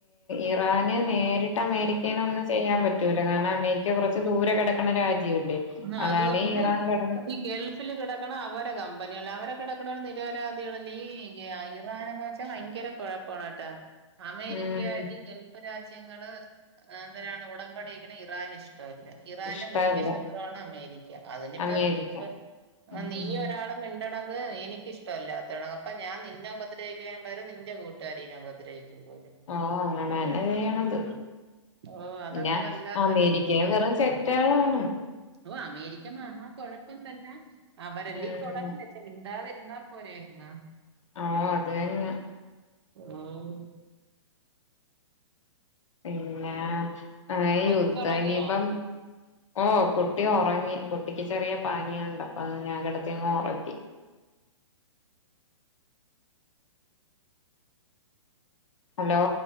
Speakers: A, on the left; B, on the right.
A: ഇറാന് നേരിട്ട് അമേരിക്കനൊന്നും ചെയ്യാൻ പറ്റൂല കാരണം അമേരിക്ക കുറച്ച് ദൂരെ കിടക്കണ രാജ്യംല്ലേ
B: ആ
A: അതാണ്
B: അതുകൊണ്ട്
A: ഇറാൻ കിട
B: ഈ ഗൾഫിൽ കിടക്കണ അവരെ കമ്പനിക് അവരൊക്കെ കിടക്കുന്ന ഒരു നിരപരാധികള ഈ ഇറാൻന്ന് വെച്ചാൽ ഭയങ്കരഴപ്പ പോണട്ടാ അമേരിക്കയായിട്ട്
A: ഉം
B: ഗൾഫ് രാജ്യ രാജ്യങ്ങള് എന്താണ് ഉടമ്പടക്ക ഇറാൻ ഇഷ്ടല്ല ഇറാന്റെ
A: ഇഷ്ടല്ല
B: മുഖ്യ മാത്രമാണ് അമേരിക്ക അതിനിപ്പ
A: അമേരിക്ക
B: എന്തായും
A: ഉം
B: നീ ഒരാളെ മിണ്ടത് എനിക്ക് ഇഷ്ടമല്ലാത്തണ അപ്പൊ ഞാൻ നിന്നെ ഉപദ്രവിക്ക പരെ നിന്റെ കൂട്ട രീനെ ഉപദ്രഹിക്കുമ്പോലെ
A: ഓ അങ്ങനെ തന്നെ ചെയ്യണത്
B: ഓ അതൊക്കെ
A: പിന്നാ
B: വല്ലാത്തൊരു
A: അമേരിക്കയിൽ വെറും ചെറ്റാളാണ്
B: ഓ അമേരിക്ക മഹാ കുഴപ്പം തന്നെ അവരെല്ലേ
A: ഉം
B: തുടങ്ങ പ മിണ്ടാതിരുന്നാ പോലെയായിരുന്നാ
A: ഓ അത് തന്നെ
B: ആഹ്
A: പിന്നെ
B: കൊച്ചൊറങ്ങിയോ
A: യുദ്ധം ഇനിപ്പം ഓ കുട്ടി ഉറങ്ങി കുട്ടിക്ക് ചെറിയ പാനീയണ്ട് അപ്പൊ ഞാൻ കിടത്തിങ്ങ് ഉറക്കി ഹലോ